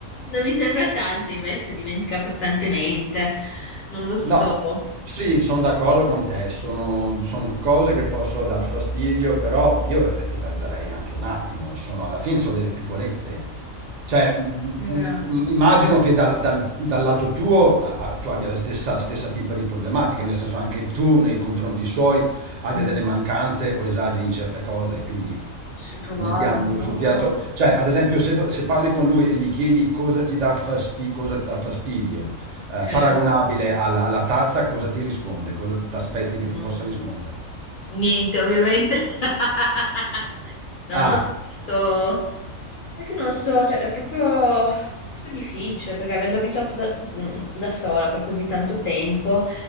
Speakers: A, on the left (about 65°); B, on the right (about 65°).
A: Non mi sembra tanto, invece dimentica costantemente. Non lo so.
B: No, sì, sono d'accordo con te, sono, son cose che possono dar fastidio, però io le relativizzerei anche un attimo, sono, alla fine sono delle piccolezze. Cioè, mm,
A: Eh,
B: mm, immagino che dal, dal- dal lato tuo ah, tu abbia la stessa, stessa tipa di problematica, nel senso anche tu nei confronti suoi abbia
A: mm,
B: delle mancanze o esageri in certe cose, quindi
A: ci provare,
B: mettiamolo
A: no?
B: sul piatto. Cioè, ad esempio, se, do- se parli con lui e gli chiedi cosa ti dà fasti- cosa ti dà fastidio, eh,
A: Cioè,
B: paragonabile alla, alla tazza, cosa ti risponde? Cosa ti aspetti che
A: mm,
B: ti possa rispondere?
A: niente, ovviamente. <laughs> No,
B: Ah,
A: non lo so, è che non lo so, cioè è proprio, proprio difficile perché avendo abituato da, mm, da sola per così tanto tempo,